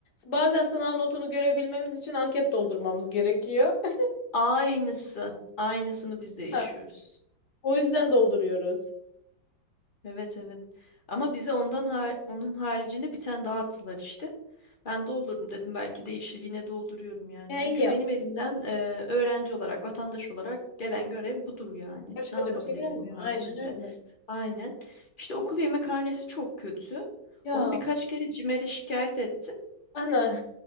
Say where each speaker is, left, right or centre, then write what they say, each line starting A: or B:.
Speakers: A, on the left; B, on the left.
A: Bazen sınav notunu görebilmemiz için anket doldurmamız gerekiyor. <laughs>
B: Aynısı. Aynısını biz de yaşıyoruz.
A: Ha. O yüzden dolduruyoruz.
B: Evet evet. Ama bize ondan har- onun haricinde bir tane daha attılar işte. Ben doldururum dedim belki değişir yine dolduruyorum yani.
A: Ya
B: Çünkü
A: iyi yapmışsın.
B: benim elimden e, öğrenci olarak, vatandaş olarak gelen görev budur yani.
A: Başka
B: Ne yapabilirim
A: da bir şey gelmiyor.
B: bunun haricinde?
A: Aynen öyle.
B: Aynen. İşte okul yemekhanesi çok kötü.
A: Ya
B: Onu birkaç kere CİMER'e şikayet ettim.
A: ana.